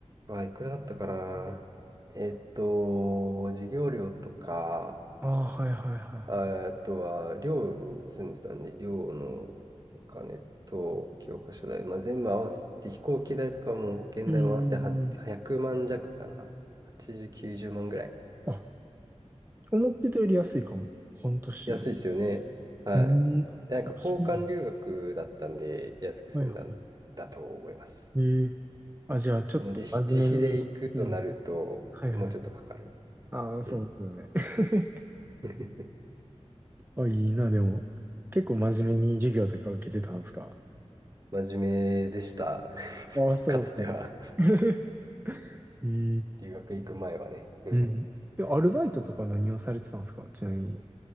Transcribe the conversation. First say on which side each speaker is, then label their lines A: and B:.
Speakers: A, on the right (about 35°); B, on the right (about 20°).
A: あ、いくらだったかな。えっと、授業料とか、
B: ああ、はいはいは
A: ああとは寮に住んでたんで、寮のお金と教科書代、まあ、全部合わせて飛行機代とかも保険代も合わせては100万弱かな。
B: い。うんうんうん。
A: 80、90万ぐらい。
B: あ、思ってたより安いかも。半年で。
A: 安いですよね。はい。
B: うん。
A: で、なんか交換留学だったんで安く済んだんだと思います。
B: あ、そうなの。はいはい。ええ。あ、じゃあ、ちょっと真面目に。
A: あの自費、自費で行くとなると、
B: うん。はいはい。
A: もうちょっとかかる。
B: ああ、そうですよね。
A: うん。
B: <laughs>
A: <laughs>
B: あ、いいな、でも。結構真面目に授業とか受けてたんですか
A: 真面目でした。<laughs>
B: ああ、そうか。
A: かつては <laughs>
B: <laughs> ええ。
A: 留学行く前はね。うん。
B: うん。え、アルバイトとかは何をされてたんですかちなみに。